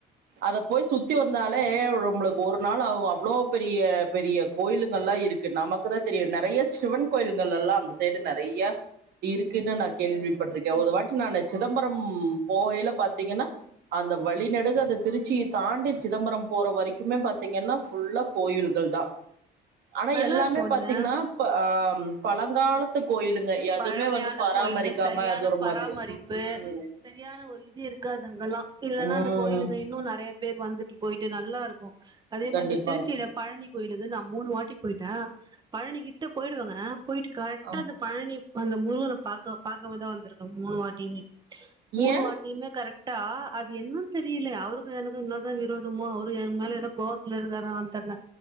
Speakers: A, on the right; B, on the right.
A: அத போய் சுத்தி வந்தாலே நமளுக்கு ஒரு நாள் அவ்வளவு பெரிய பெரிய கோயிலுங்கல்லா இருக்கு நமக்கு தா தெரியு நறைய சிவன் கோயில்கள் எல்லா அந்த சைடு நறைய இருக்குன்னு நா கேள்விப்பட்டிருக்கே ஒரு வாட்டி நா சிதம்பரம் போகையில பாத்தீங்கன்னா அந்த வழிநடுகு அத திருச்சிய தாண்டி சிதம்பரம் போற வரைக்குமே பாத்தீங்கன்னா புல்லா கோயில் துதா ஆனா
B: நல்லா
A: எல்லாமே
B: இருக்குல்ல
A: பாத்தீங்கன்னா ஆ பழங்காலத்து கோயிலுங்க எதுவுமே
B: பழமையான
A: வந்து பராமரிக்காம
B: கோயில்கள் சரியான
A: அது ஒரு
B: பராமரிப்பு
A: மாதிரி ம்
B: சரியான ஒரு இ இருக்காது அங்கல்லா இல்லன்னா
A: ம்
B: அந்த கோயிலுங்க இன்னு நெறைய பேர் வந்துட்டு போயிட்டு நல்லா இருக்கு அதே
A: கண்டிப்பாங்க
B: மாரி திருச்சியில பழனி கோயிலுது நா மூணு வாட்டி போயிட்டே பழனிகிட்ட போயிடுவங்க போயிட்டு கரெக்டா
A: ஆ
B: அந்த பழனி அந்த முருகன பாபாக்கம தா வந்துருக்க மூணு வாட்டியுமே மூணு
A: ஏ
B: வாட்டியுமே கரெக்ட் டா அது என்னன்னு தெரியல அவருக்கு எனக்கு இன்னதா விரோதமோ அவரு என் மேல ஏதோ கோவத்துல இருக்காரானு தெர்ல